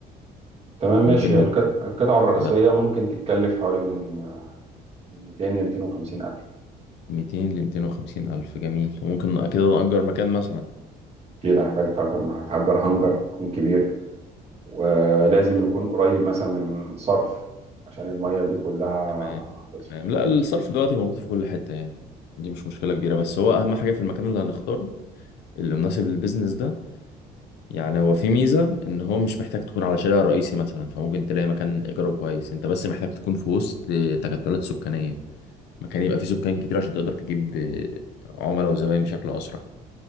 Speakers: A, on the right; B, on the left.
A: تمام ماشي
B: وممكن
A: هي الق- القطعة الرئيسية
B: عدد
A: ممكن تتكلف حوالي من آه، من 200 ل 250 ألف
B: 200 ل 250 ألف جميل وممكن أكيد نأجر مكان مثلا
A: كده هحتاج اتأجر مع هتأجر هنجر يكون كبير ولازم يكون قريب مثلا من صرف عشان المية دي كلها
B: تمام
A: هتصرف
B: تمام. لا الصرف دلوقتي موجود في كل حتة يعني دي مش مشكلة كبيرة بس هو أهم حاجة في المكان اللي هنختاره اللي مناسب للبيزنس ده يعني هو في ميزة إن هو مش محتاج تكون على شارع رئيسي مثلا فممكن تلاقي مكان إيجاره كويس أنت بس محتاج تكون في وسط تكتلات سكانية مكان يبقى فيه سكان كتير عشان تقدر تجيب عملاء وزباين بشكل أسرع